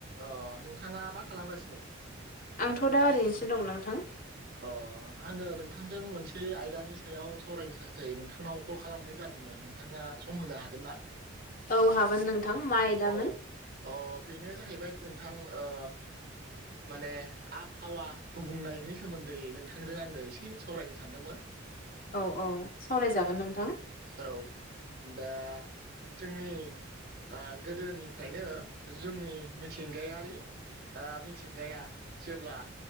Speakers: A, on the right; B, on the left.
A: अ नोंथाङा मा खालामगासिनो?
B: आंथ' दा ओरैनोसो दं नोंथां।
A: अ आङो नोंथांजों मोनसे आयदानि सायाव सावरायनो थाखाय नोंथांनाव कल खालामनाय जादोंमोन नोंथाङा सम होनो हागोन ना?
B: औ हागोन नोंथां मा आयदामोन?
A: अ अ बेनो जाहैबाय नोंथां ओ माने आबहावा गुबुंनायनि सोमोन्दै नोंथांजों आङो एसे सावरायनो सानदोंमोन।
B: औ औ सावरायजागोन नोंथां।
A: औ दा जोंनि ओ गोदोनिफ्रायनो जोंनि मिथिंगायारि ओ मिथिंगाया जेब्ला